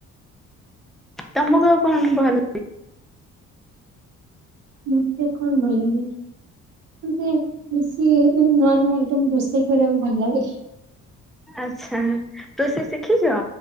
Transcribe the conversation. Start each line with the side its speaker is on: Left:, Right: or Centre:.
Centre: ତମକୁ ଆଉ କଣ ଭଲ
Right: ମତେ କଣ ଭଲ ଲାଗେ? ମତେ ବେଶି ମାନେ ନୂଆ ନୂଆ ଆଇଟମ୍ ରୋଷେଇ କରିବାକୁ ଭଲ ଲାଗେ।
Centre: ଆଚ୍ଛା ରୋଷେଇ ଶିଖିଛ?